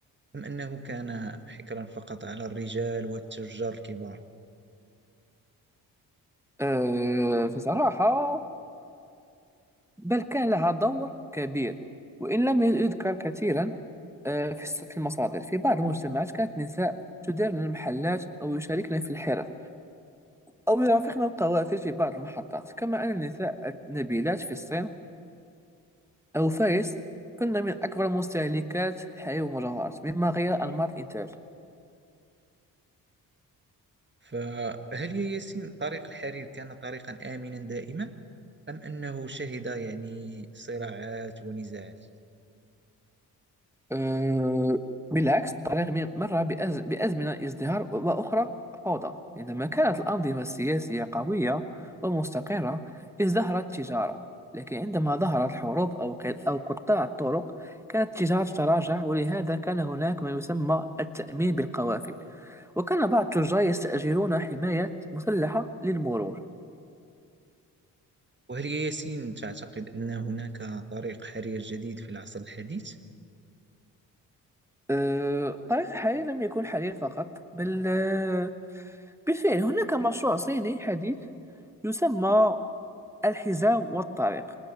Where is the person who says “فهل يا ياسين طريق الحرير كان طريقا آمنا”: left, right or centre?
Right